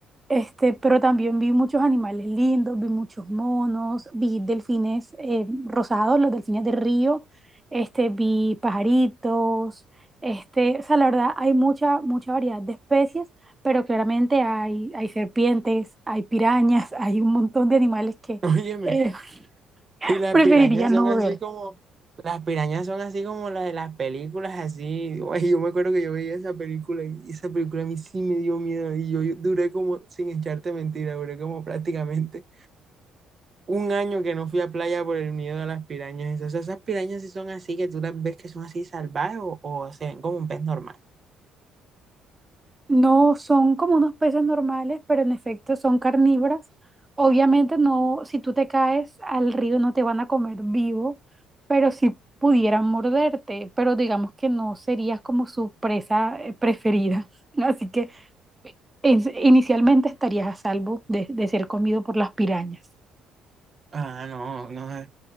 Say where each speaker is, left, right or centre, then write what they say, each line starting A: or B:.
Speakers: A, on the right (about 20°); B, on the right (about 40°).
A: Este, pero también vi muchos animales lindos, vi muchos monos, vi delfines eh, rosados, los delfines de río, este, vi pajaritos, este, o sea, la verdad hay mucha, mucha variedad de especies, pero claramente hay, hay serpientes, hay pirañas, <laughs> hay un montón de animales que
B: <laughs> Óyeme,
A: eh, <laughs>
B: y las
A: preferiría
B: pirañas
A: no
B: son así
A: ver.
B: como, las pirañas son así como las de las películas, así. <laughs> uy yo me acuerdo que yo veía esa película y esa película a mí sí me dio miedo y yo, yo duré como, sin echarte mentira, duré como prácticamente. un año que no fui a playa por el miedo a las pirañas. esas. O sea, esas pirañas sí son así, que tú las ves que son así salvajes o, o se ven como un pez normal.
A: No son como unos peces normales, pero en efecto son carnívoras. Obviamente no, si tú te caes al río no te van a comer vivo, pero sí pudieran morderte, pero digamos que no serías como su presa eh, preferida. <laughs> Así que eh, ins- inicialmente estarías a salvo de, de ser comido por las pirañas.
B: Ah, no, no. sé.